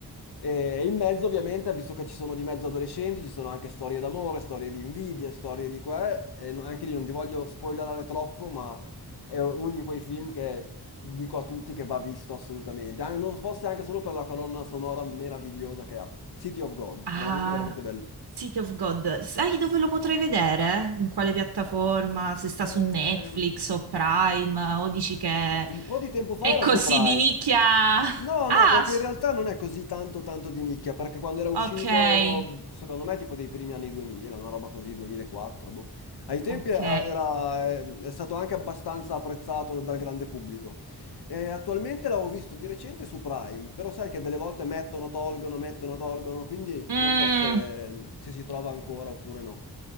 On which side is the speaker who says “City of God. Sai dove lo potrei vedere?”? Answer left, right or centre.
Right